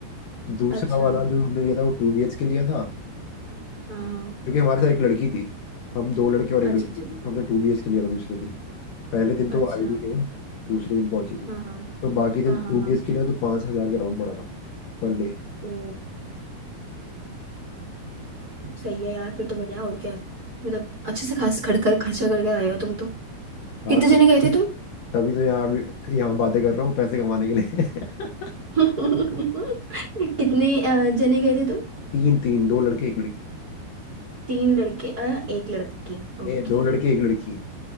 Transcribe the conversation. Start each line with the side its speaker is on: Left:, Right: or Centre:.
Left: दूसरा
Right: अच्छा
Left: वाला
Right: हाँ
Left: जो हमने लिया था वो टू बी एच के लिया था
Right: हाँ
Left: क्योंकि हमारे साथ एक लड़की थी हम दो लड़के और एक
Right: अच्छा
Left: लड़की
Right: अच्छा
Left: थी तो हमने टू बी एच के लिया था दूसरे दिन पहले दिन
Right: अच्छा
Left: तो वो आई नहीं थी ना दूसरे दिन पहुंची थी
Right: हाँ हाँ
Left: तो बाकी दिन
Right: हाँ
Left: टू
Right: हाँ हाँ
Left: बी एच के लिया तो पाँच हजार के राउंड पड़ा था पर डे
Right: ओ सही है यार फिर तो बढ़िया है। और क्या मतलब अच्छे से खास खड़ कर खर्चा करके आए हो तुम तो
Left: हाँ
Right: कितने
Left: तब-
Right: जने गए थे तुम
Left: तभी तो यहाँ भी- यहाँ बातें कर रहा हूँ पैसे कमाने के लिए <laughs>
Right: <laughs> कितने अ, जने गए थे तुम
Left: तीन तीन दो लड़के एक लड़की
Right: तीन लड़के अ, एक लड़की ओके
Left: ए दो लड़के एक लड़की